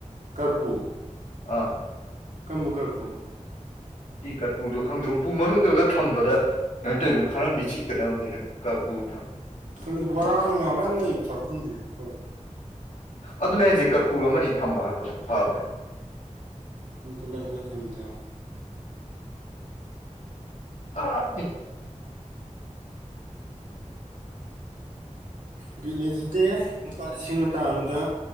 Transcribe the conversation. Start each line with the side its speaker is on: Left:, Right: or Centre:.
Right: ꯀꯔꯄꯨ
Left: ꯑꯥ
Right: ꯀꯝꯕꯀꯔꯄꯨ
Left: ꯐꯤ ꯀꯔꯄꯨꯗꯣ ꯈꯪꯗ ꯎꯐꯨ ꯃꯅꯨꯡꯗꯒ ꯊꯝꯕꯗ ꯀꯩꯅꯥꯏꯅ ꯇꯧꯔꯤꯗꯣ ꯈꯔꯕꯤ ꯆꯤꯛꯇꯅꯕꯅꯦ ꯀꯄꯨ
Right: ꯣꯏ ꯕꯣꯔꯥ ꯅꯨꯡꯉꯥ ꯃꯌꯥꯝ ꯂꯩꯕ ꯆꯥꯛꯈꯨꯝꯁꯦꯧ
Left: ꯑꯗꯨꯅ ꯑꯩꯁꯦ ꯀꯔꯐꯨ ꯑꯃꯅꯤ ꯊꯝꯃꯣ ꯍꯥꯏꯕꯔ ꯐꯕꯅꯦ
Right: ꯑꯗꯨꯇꯂꯦ ꯍꯂꯦ ꯊꯦꯝꯇ
Left: ꯑ
Right: ꯕꯤꯠ ꯂꯩꯖꯗꯦ ꯂꯨꯄꯥ ꯂꯤꯁꯤꯡ ꯑꯃꯥꯡ ꯑꯃꯗ